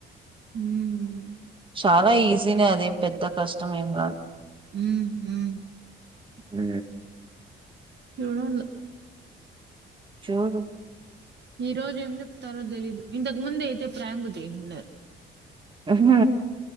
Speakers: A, on the right; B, on the right.
A: మ్మ్
B: చాలా ఈజీనే అదేం పెద్ద కష్టమేం కాదు
A: ఉమ్ ఉమ్
B: అ
A: చూడాలా
B: చూడు
A: ఈ రోజు ఏం చెప్తారో దెలీదు ఇంతకు ముందే అయితే ప్రాంకు చేశ్నారు
B: హ్మ్